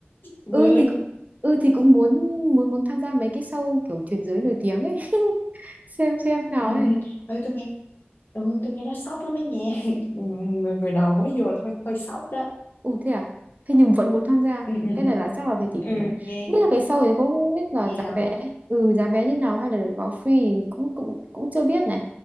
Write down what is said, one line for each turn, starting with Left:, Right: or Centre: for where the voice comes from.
Left: quên
Right: ừ thì cũng ừ thì cũng muốn muốn muốn tham gia mấy cái show kiểu truyền giới nổi tiếng ấy <laughs> xem xem nào
Left: ừ
Right: ấy
Left: ừ ừ tôi nghe ừ tôi nghe nó sốc lắm ấy nha <laughs> Ừ, người người đầu mới vô là hơi hơi sốc đó
Right: ừ thế à thế nhưng vẫn muốn tham gia
Left: ừ ừ ừ
Right: cái này
Left: ừ
Right: là chắc là phải tìm
Left: Ừ,
Right: hiểu Không
Left: nghe
Right: biết là cái show thì cũng không biết là
Left: nghe
Right: giá
Left: hào
Right: vé
Left: hứng
Right: ừ giá vé như nào hay là được vào free thì cũng cũng cũng chưa biết này